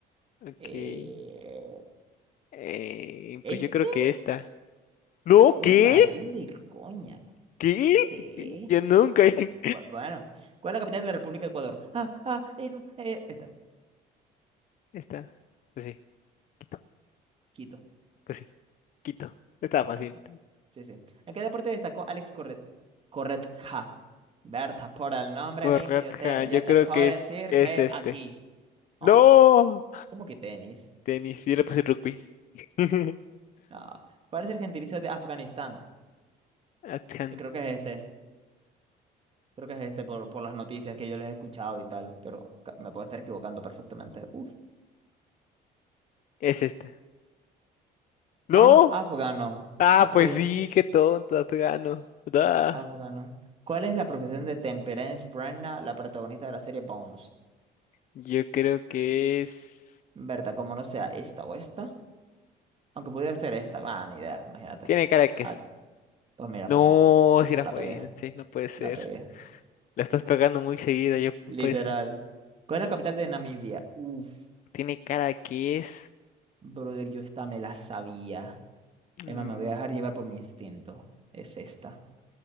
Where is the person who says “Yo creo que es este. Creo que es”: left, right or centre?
Right